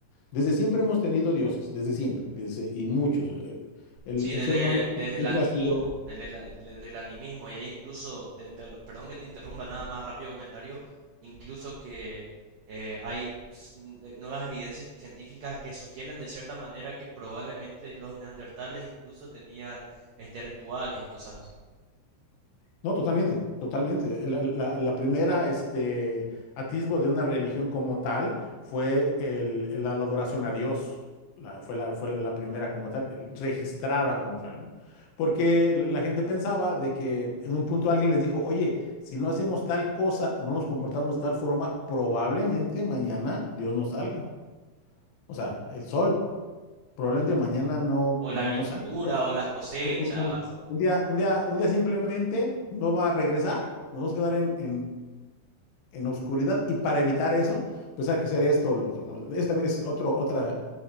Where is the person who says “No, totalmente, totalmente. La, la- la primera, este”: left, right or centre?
Left